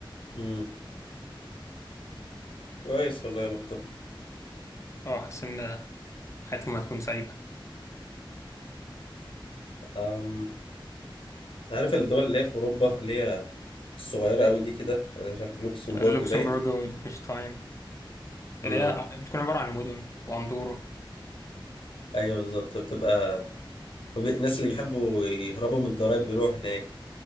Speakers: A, on the left; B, on the left.
A: امم كويس والله يا بختهم
B: أه حاسس إن حياتهم هتكون سعيدة
A: أمم. عارف الدول اللي هي في أوروبا اللي هي الصغيرة أوي دي كده أنا مش عارف لوكسمبورج
B: لوكسمبورغ
A: باين
B: وليechtenstein
A: امم
B: اللي هي بتكون عبارة عن مدن وأندورا
A: ايوه بالظبط بتبقى وب- الناس اللي بيحبوا يهربوا من الضرايب بيروحوا هناك